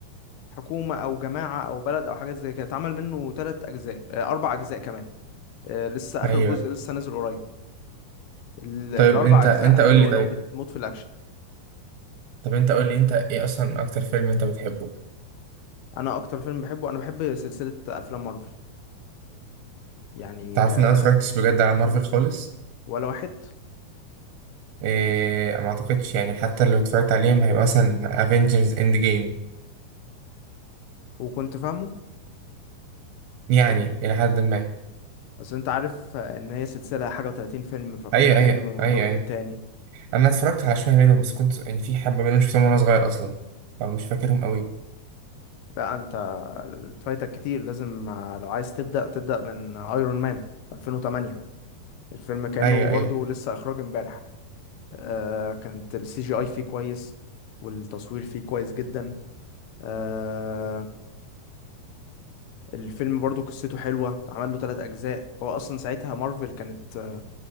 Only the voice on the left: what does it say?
حكومة او جماعة او بلد او حاجات زي كده اتعمل منه تلات اجزاء آه، اربع اجزاء كمان آه، لسه اخر
جزء لسه نازل قريب ال- الاربع
اجزاء
حلوه
لو بتموت في الاكشن
انا اكتر فيلم بحبه انا بحب سلسله افلام مارفل يعني
آه،
ولا واحد
وكنت فاهمه
بس انت عارف آه، ان هي سلسله حاجه و30 فيلم فكل
فيلم
مرتبط
بالتاني
لا انت فايتك كتير لازم آه، لو عايز تبدا تبدا من ايرون مان 2008 الفيلم كانه
برضو
لسه اخراج امبارح آه، كانت السي جي اي فيه كويس والتصوير فيه كويس جدا آه الفيلم برضو قصته حلوة اتعمل له تلات أجزاء هو أصلا ساعتها مارفل كانت آه،